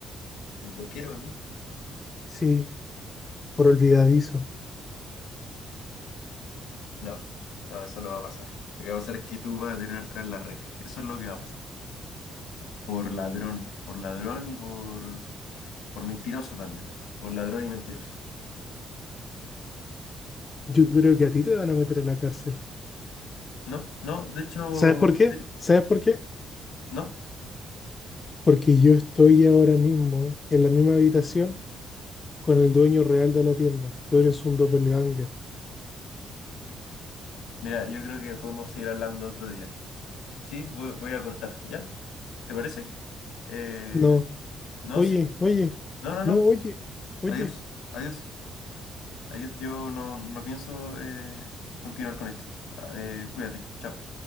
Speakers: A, on the left; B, on the left.
A: Eh, Lo quiero a mí. <laughs>
B: Sí, por olvidadizo.
A: No, no, eso no va a pasar. Lo que va a pasar es que tú vas a terminar tras las rejas. Eso es lo que va a pasar. Por ladrón, por ladrón y por, por mentiroso también. Por ladrón y mentiroso.
B: Yo creo que a ti te van a meter en la cárcel.
A: No, no, de hecho,
B: ¿Sabes por qué?
A: sí,
B: ¿Sabes por qué?
A: no.
B: Porque yo estoy ahora mismo en la misma habitación con el dueño real de la tienda. Tú eres un doppelganger.
A: Mira, yo creo que podemos seguir hablando otro día. Sí, voy, voy a cortar, ¿ya? ¿Te parece? Eh,
B: No.
A: no,
B: Oye,
A: sí.
B: oye.
A: No, no,
B: No,
A: no.
B: oye. Oye.
A: Adiós. Adiós. Adiós. Yo no, no pienso eh, continuar con esto. Ah, eh, cuídate. Chao.